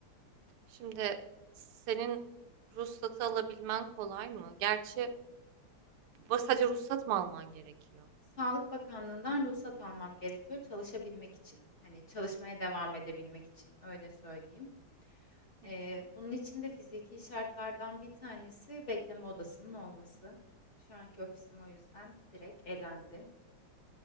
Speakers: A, on the right; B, on the left.
A: Şimdi senin ruhsatı alabilmen kolay mı? Gerçi bu- sadece ruhsat mı alman gerekiyor?
B: Sağlık Bakanlığı'ndan ruhsat almam gerekiyor çalışabilmek için. Hani çalışmaya devam edebilmek için öyle söyleyeyim.
A: Hı
B: Ee,
A: hı.
B: bunun için de fiziki şartlardan bir tanesi bekleme odasının olması. Şu anki ofisim o yüzden direkt elendi.